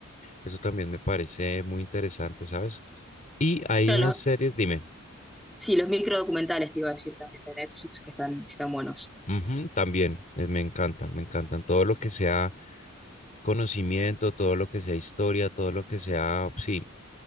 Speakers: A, on the left; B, in the centre.
A: Eso también me parece muy interesante, ¿sabes? Y hay
B: Claro,
A: unas
B: los,
A: series, dime,
B: sí, los microdocumentales te iba a decir también de Netflix que están, están buenos.
A: ujú, también, eh, me encantan, me encantan todo lo que sea. conocimiento, todo lo que sea historia, todo lo que sea, sí,